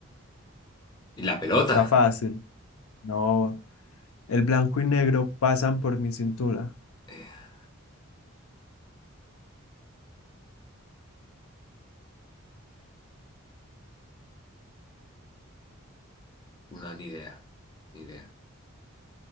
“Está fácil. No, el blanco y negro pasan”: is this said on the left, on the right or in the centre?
Left